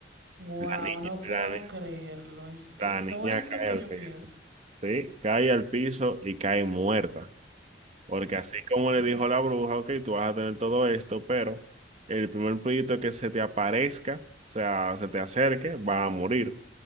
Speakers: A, on the right; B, on the right.
A: Wow,
B: la niña,
A: no puedo
B: la, ni-
A: creerlo. en se- eh,
B: la niña
A: no es lo
B: cae
A: que
B: al
A: yo
B: piso.
A: pienso.
B: Sí, cae al piso y cae muerta. Porque así como le dijo la bruja, ok, tú vas a tener todo esto, pero el primer proyecto que se te aparezca, o sea, se te acerque, va a morir.